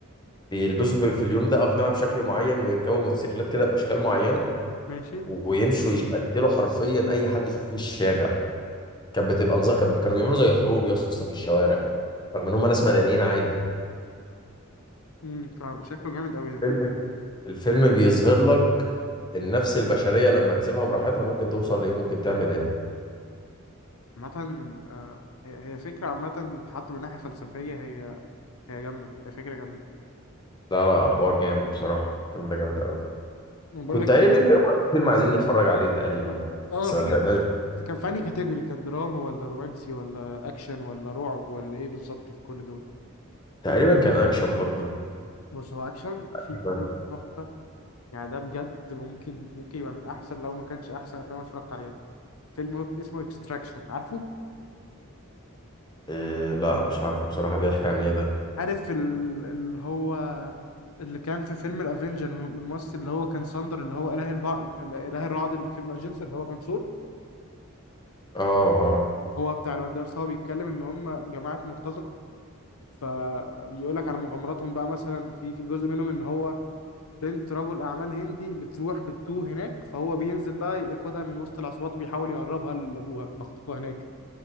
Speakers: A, on the left (about 20°); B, on the left (about 85°).
A: بيلبسوا في في اليوم ده أقنعة بشكل معين ويركبوا موتوسيكلات كده بأشكال معينة
B: ماشي
A: ويمشوا يقتلوا حرفيا أي حد يشوفوه في الشارع كانت بتبقى نظام كان- كانوا بيعملوا زي حروب يا اسطى في الشوارع رغم إن هم ناس مدنيين عادي
B: امم شكله جامد قوي ده
A: فيلم الفيلم بيظهر لك النفس البشرية لما تسيبها براحتها ممكن توصل لإيه ممكن تعمل إيه
B: عامة آه، هي هي فكرة عامة حتى من ناحية فلسفية هي هي جامدة هي فكرة جامدة
A: لا لا حوار جامد بصراحة الفيلم ده جامد قوي
B: أنا بقول
A: كنت
B: لك
A: قايل أنت يوم فيلم عايزين نتفرج عليه تقريبا
B: اه
A: بس ما
B: في
A: لحقناش
B: كان كان في انهي كاتيجوري كان دراما ولا رومانسي ولا اكشن ولا رعب ولا ايه بالظبط في كل دول
A: تقريبا كان أكشن برضه
B: بص هو اكشن
A: تقريباً.
B: في فيلم تحفة يعني ده بجد ممكن ممكن يبقى من احسن لو ما كانش احسن افلام أنا اتفرجت عليها فيلم اسمه اكستراكشن عارفه
A: إيه لا مش عارفه بصراحة بيحكي عن إيه ده
B: عارف ال- اللي هو اللي كان في فيلم الافنجر الممثل اللي هو كان ساندر اللي هو اله البع... اله الرعد اللي في فيلم اجنسر اللي هو كان ثور
A: اه اه
B: هو بتاع الواد ده بس هو بيتكلم ان هم جماعه مرتزقه فبيقول لك على مغامراتهم بقى مثلا في في جزء منهم ان هو بنت رجل اعمال هندي بتروح بتتوه هناك فهو بينزل بقى ياخدها من وسط العصابات وبيحاول يهربها لابوها بخطوبها هناك